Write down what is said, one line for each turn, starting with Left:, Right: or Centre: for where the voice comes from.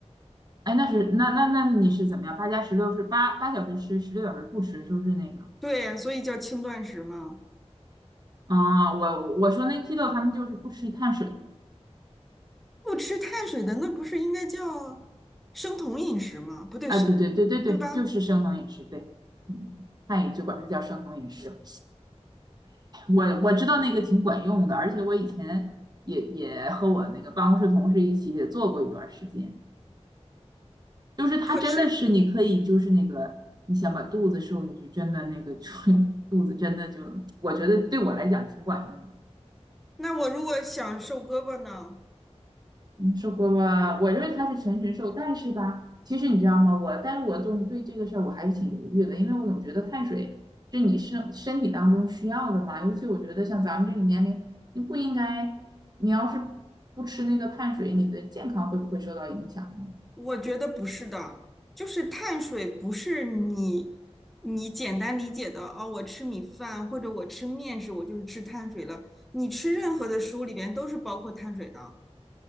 Right: 哎，那是那那那你是怎么样？八加十六是八八小时吃，十六小时不吃，是不是那个？
Centre: 对，所以叫轻断食嘛。
Right: 啊、我我说那 keto 他们就是不吃碳水
Centre: 不吃碳水的，那不是应该叫生酮饮食吗？不对，
Right: 啊，
Centre: 生，
Right: 对对对对对，
Centre: 对吧？
Right: 就是生酮饮食，对，嗯，汉语就管它叫生酮饮食。我我知道那个挺管用的，而且我以前也也和我那个办公室同事一起也做过一段时间，就是它真的是你可以就是那个你想把肚子瘦下去，
Centre: 可是，
Right: 真的那个就 <laughs> 肚子真的就我觉得对我来讲挺管用的。
Centre: 那我如果想瘦胳膊呢？
Right: 嗯，受过吧？我认为他是全身瘦，但是吧，其实你知道吗？我，但是我总对这个事儿我还是挺犹豫的，因为我总觉得碳水是你身身体当中需要的嘛，尤其我觉得像咱们这个年龄，你不应该，你要是不吃那个碳水，你的健康会不会受到影响呢？
Centre: 我觉得不是的，就是碳水不是你你简单理解的哦，我吃米饭或者我吃面食，我就是吃碳水了。你吃任何的食物里边都是包括碳水的，